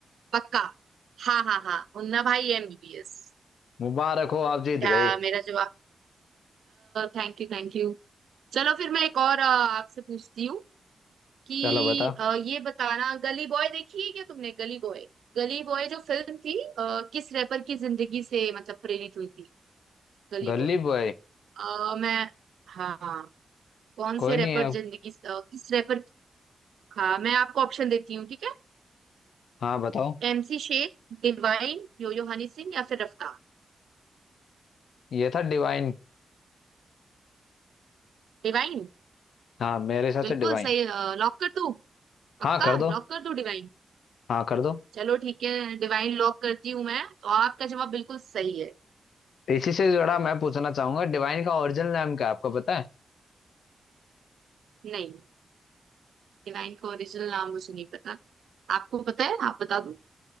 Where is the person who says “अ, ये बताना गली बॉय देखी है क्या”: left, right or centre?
Right